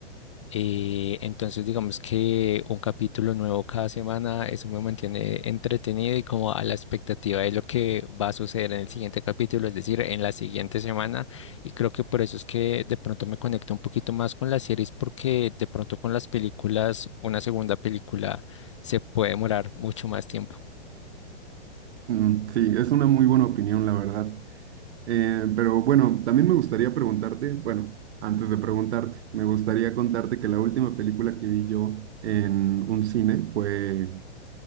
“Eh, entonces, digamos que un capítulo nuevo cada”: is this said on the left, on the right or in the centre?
Left